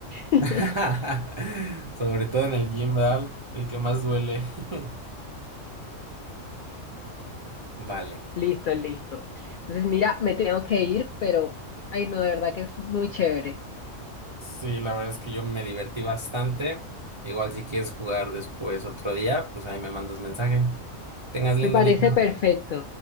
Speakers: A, on the left; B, on the right.
A: <laughs>
B: <laughs> Sobre todo en el gym, ¿verdad? El que más duele. <laughs> Vale.
A: Listo, listo. Entonces, mira, me tengo que ir, pero, ay, no, de verdad que es muy chévere.
B: Sí, la verdad es que yo me divertí bastante. Igual si quieres jugar después otro día, pues ahí me mandas mensaje. Tengas lindo
A: Me parece
B: día.
A: perfecto.